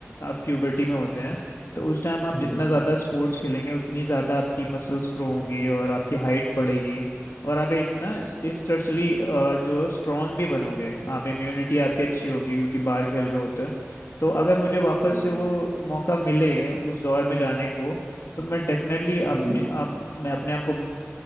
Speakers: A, on the left; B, on the left.
A: आप प्यूबर्टी में होते हैं तो उस टाइम आप
B: हम्म
A: जितना
B: हम्म
A: ज़्यादा स्पोर्ट्स खेलेंगे उतनी ज़्यादा आपकी मसल्स ग्रो होंगी और आपकी हाइट बढ़ेगी और आप एक ना स्ट्रक्चरली जो स्ट्रांग भी बनोगे आप इम्यूनिटी आपकी अच्छी होगी क्योंकि बाहर खेल रहे होते हैं तो अगर मुझे वापस
B: हम्म,
A: से वो मौका मिले उस दौर में जाने को तो मैं डेफिनेटली अपने
B: हम्म।
A: अप, मैं अपने आप को